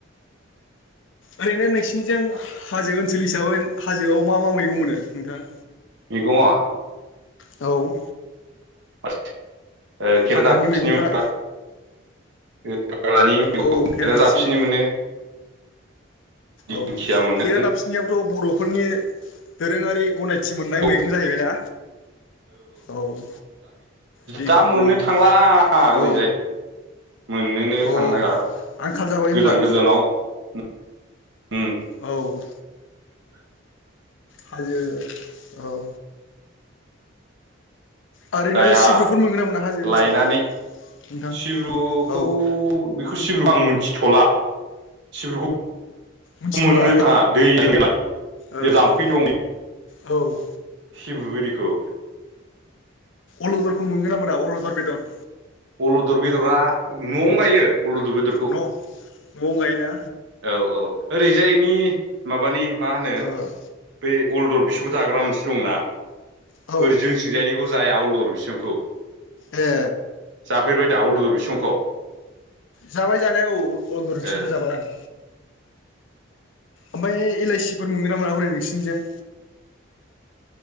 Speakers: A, on the left; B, on the right.
A: ओरैनो नोंसिनिजों हाजो ओनसोल हिसाबै हाजोआव मा-मा मैगं मोनो नोंथां?
B: मैगंआ
A: औ।
B: <unintelligible> खेरादाफिनि
A: हाग्रानि मैगंफ्रा
B: मोनबा हाग्रानि मैगंफ्रा
A: औ खेरादाफिनि
B: खेरा दाबसिनि मोनो। दिंखिया
A: औ
B: मोनो
A: खेरा दाबफि नियाबोथ' बर'फोरनि दोरोङारि गनायथि मोननाय
B: औ
A: मैगं जाहैबायना। औ बे
B: दा मोननो
A: उम
B: थांला ओरैजाय।
A: औ
B: मोननोनो
A: औ
B: थांला
A: आंखाल जाबाय
B: गोजान
A: होमबा
B: गोजानाव उम।
A: औ हाजो औ ओरैनो
B: जायहा
A: सिब्रुफोर मोनगोन ना मोना हाजो ओनसोलाव
B: लायनानै
A: नोंथां
B: सिब्रुखौ
A: औ
B: बेखौ सिब्रुखौ आं मिथिथ'ला सिब्रुखौ
A: मिथिथ'ला
B: मोननो थाङा दै गोनां
A: ओ
B: जे जाम्फै दं
A: औ
B: सिब्रु इरिखौ
A: अलदरखौ मोनगोन ना मोना अलदर बेदर?
B: अलुदर बेदरा न'आवनो गायो अलुदर बेदरखौ।
A: न' न'आव गायोना
B: औ औ ओरैजायनि माबानि मा होनो
A: ओ
B: बे अलदल बिसौ जाग्रा मोनसे दंना
A: औ
B: ओरै जों थिंजायनिखौ जाया आलदर बिसांखौ
A: ए
B: जाफेरबाय दा उलुदुर बिसंखौ?
A: जाबाय जानाया औ अगुर बिसमखौ
B: ओ
A: जाबाय आं। ओमफ्राय एलाइसिफोर मोनगोन ना मोना हरै नोंसिनिजों?